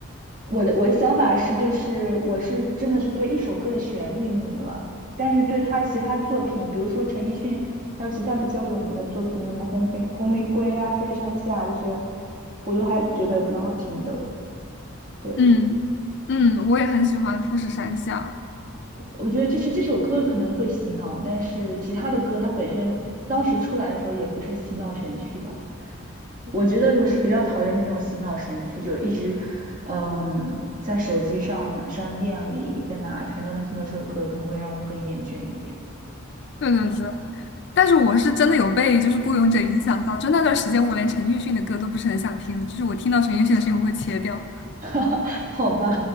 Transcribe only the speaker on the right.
我的我的想法是，就是我是真的是对一首歌的旋律腻了，但是对他其他作品，比如说陈奕迅，还有其他比较有名的作品，什么红玫红玫瑰啊、富士山下啊这些，我都还觉得蛮好听的。对，
我觉得就是这首歌可能会洗脑，但是其他的歌它本身当时出来的时候也不是洗脑神曲吧。我觉得我是比较讨厌那种洗脑神曲，就一直，嗯，在手机上、商店里，在哪全都能听到这首歌，可能会让我更厌倦一点。
<laughs> 好吧，